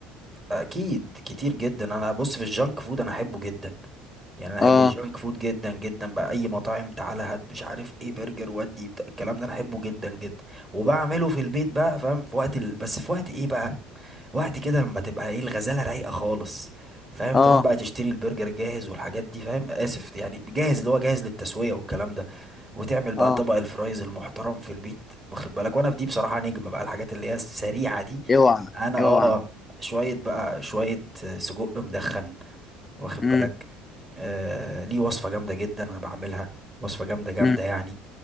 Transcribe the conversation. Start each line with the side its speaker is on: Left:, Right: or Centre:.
Right: اكيد كتير جدا انا بص في الجانك فود انا احبه جدا يعني انا احب
Left: اه
Right: الجانك فود جدا جدا بقى اي مطاعم تعالى هات مش عارف ايه برجر ودي بتاع- الكلام ده انا احبه جدا جدا وبعمله في البيت بقى فاهم في وقت ال... بس في وقت ايه بقى وقت كده لما تبقى ايه الغزاله رايقه خالص فاهم
Left: اه
Right: تروح بقى تشتري البرجر جاهز والحاجات دي فاهم اسف يعني جاهز اللي هو جاهز للتسويه والكلام ده وتعمل بقى
Left: اه
Right: طبق الفرايز المحترم في البيت واخد بالك وانا في دي بصراحه نجم بقى الحاجات اللي هي السريعه دي
Left: اوعى
Right: انا
Left: اوعى
Right: اه شويه بقى شويه سجق مدخن واخد
Left: امم
Right: بالك آه ليه وصفه جامده جدا انا بعملها وصفه جامده جامده
Left: امم
Right: يعني